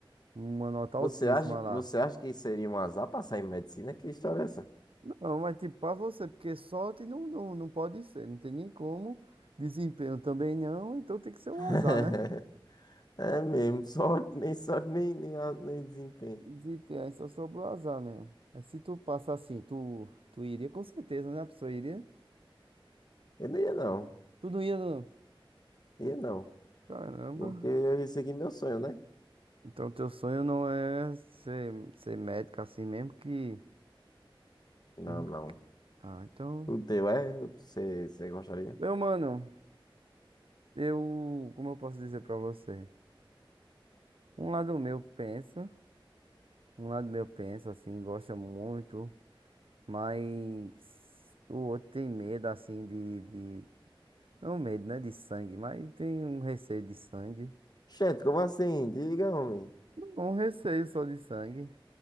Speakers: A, on the right (about 80°); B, on the left (about 50°).
A: uma nota
B: Você
A: altíssima
B: acha, que-
A: lá.
B: você acha que seria um azar passar em medicina? Que história é essa?
A: Não, mas tipo, pra você, porque sorte não, não, não pode ser, não tem nem como. Desempenho também não, então tem que ser um
B: <laughs>
A: azar, né?
B: É mesmo, sorte, nem sorte, nem, nem, a- nem desempenho.
A: Desempenho, aí só sobra o azar mesmo. Mas se tu passa assim, tu, tu iria com certeza, né? A pessoa iria.
B: Eu não ia não,
A: Tu não ia. não-
B: ia não.
A: Caramba.
B: Porque eu ia seguir meu sonho, né?
A: Então teu sonho não é ser, ser médico assim mesmo que.
B: Não,
A: Hum,
B: não.
A: Ah, então.
B: O teu é, você, você gostaria?
A: Meu mano, eu. Como eu posso dizer pra você? Um lado meu pensa, um lado meu pensa assim, gosta muito, mas o outro tem medo assim de, de... Não medo, né? De sangue, mas tem um receio de sangue.
B: Gente, como assim? Diga, homem.
A: Um receio só de sangue.